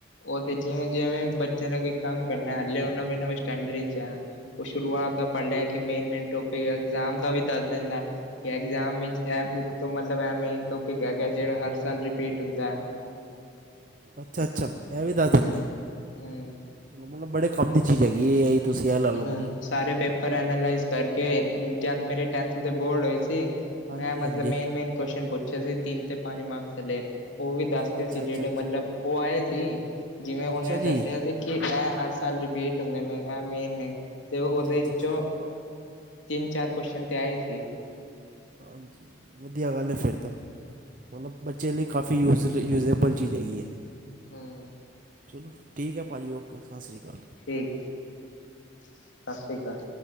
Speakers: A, on the left; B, on the right.
A: ਉਹ ਤੇ ਜਿਵੇਂ- ਜਿਵੇਂ ਬੱਚੇ ਨੂੰ ਕੋਈ ਕੰਮ ਕਰਨਾ ਹਲੇ ਉਹ ਨਵੇਂ ਨਵੇਂ ਸਟੈਂਡਰਡ ਉਹ ਸ਼ੁਰੂਆਤ ਦਾ ਪੜ੍ਹ ਲਿਆ ਕਿ ਮੇਨ- ਮੇਨ ਟੋਪਿਕ ਇਗਜ਼ਾਮ ਦਾ ਵੀ ਦੱਸ ਦਿੰਦਾ ਏ ਕਿ ਐਗਜ਼ਾਮ ਵਿਚ ਇਹ ਬੁੱਕ ਤੋਂ ਮਤਲਬ ਇਹ ਮੇਨ ਟੋਪਿਕ ਹੈਗਾ ਜਿਹੜਾ ਹਰ ਸਾਲ ਰਿਪੀਟ ਹੁੰਦਾ ਹੈ
B: ਅੱਛਾ -ਅੱਛਾ ਇਹ ਵੀ ਦੱਸ ਦਿੰਦਾ
A: ਹਮ
B: ਏ,
A: ਹਮ
B: ਚਲੋ ਮਤਲਬ ਬੜੇ ਕਮ ਦੀ ਚੀ ਜਾ ਹੈਗੀ ਤੁਸੀਂ ਇਹ ਲਾ ਲਓ
A: ਹੂੰ
B: ਮਤਲਬ
A: ਸਾਰੇ ਪੇਪਰ ਐਨਾਲਜ਼ ਕਰਕੇ ਜਦ ਮੇਰੇ ਟੈਂਥ ਦੇ ਬੋਰਡ ਹੋਏ ਸੀ
B: ਹਾਂਜੀ
A: ਮੈਂ ਮਤਲਬ
B: ਹਾਂਜੀ
A: ਮੇਨ- ਮੇਨ ਕੁਸ਼ਚਨ ਪੁੱਛੇ ਸੀ ਤਿੰਨ ਤੇ ਪੰਜ ਮਾਰਕਸਲੇੇ ਉਹ ਵੀ ਦੱਸਦੇ
B: ਅੱਛਾ
A: ਸੀ। ਜਿਹੜੇ
B: ਅੱਛਾ ਅੱਛਾ
A: ਮਤਲਬ ਉਹ ਆਏ ਸੀ। ਜਿਵੇਂ ਉਹਨੇ
B: ਅੱਛਾ ਜੀ
A: ਦੱਸਿਆ ਸੀ। ਕਿ ਇਹ ਹਰ ਸਾਲ ਰਿਪੀਟ ਹੁੰਦੇ ਨੇ। ਇਹ ਮੇਨ ਨੇ ਤੇ ਉਹ
B: ਅੱਛਾ
A: ਉਹਦੇ
B: ਅੱਛਾ
A: ਵਿੱਚੋਂ।
B: ਅੱਛਾ ਅੱਛਾ।
A: ਤਿੰਨ ਚਾਰ ਕੁਸ਼ਚਨ ਤੇ ਆਏ ਸੀ।
B: ਹਾਂਜੀ ਵਧੀਆ ਗੱਲ ਹੈ ਫਿਰ ਤਾਂ। ਮਤਲਬ ਬੱਚੇ ਲਈ ਕਾਫੀ ਯੂਜ ਯੂਜਲ ਜਾਗੀ ਹੈ।
A: ਹੂੰ-ਹੂੰ
B: ਚਲੋ ਠੀਕ ਹੈ ਭਾਅ ਜੀ ਓਕੇ ਸਤਿ ਸ਼੍ਰੀ ਅਕਾਲ।
A: ਠੀਕ ਸਤਿ ਸ਼੍ਰੀ ਅਕਾਲ।